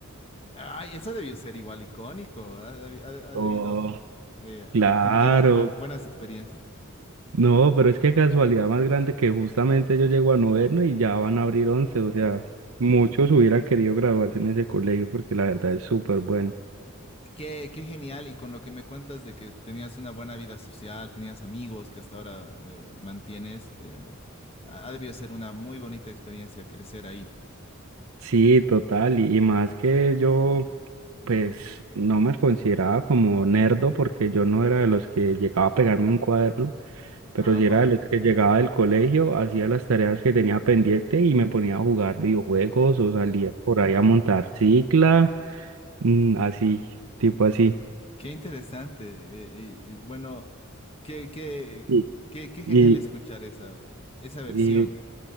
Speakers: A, on the left; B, on the right.
A: Ay, eso debió ser igual icónico. Ha, debi- ha de- ha
B: Oh,
A: debido eh,
B: claro.
A: juntar un buen, buenas experiencias.
B: No, pero es que casualidad más grande que justamente yo llego a noveno y ya van a abrir once O sea, muchos hubieran querido graduarse en ese colegio porque la verdad es súper bueno.
A: Qué, qué genial, y con lo que me cuentas de que tenías una buena vida social, tenías amigos que hasta ahora eh, mantienes, eh, ha ha debido ser una muy bonita experiencia crecer ahí.
B: Sí, total. Y, y más que yo. Pues no me consideraba como nerdo porque yo no era de los que llegaba a pegarme un cuaderno, pero
A: Ah,
B: sí
A: wow,
B: era de los que llegaba del colegio, hacía las tareas que tenía pendiente y me ponía a jugar videojuegos o salía por ahí a montar cicla, mm, así, tipo así.
A: qué interesante. eh, y, y bueno, qué, qué,
B: Y,
A: qué, qué genial
B: y,
A: escuchar esa, esa versión.
B: y,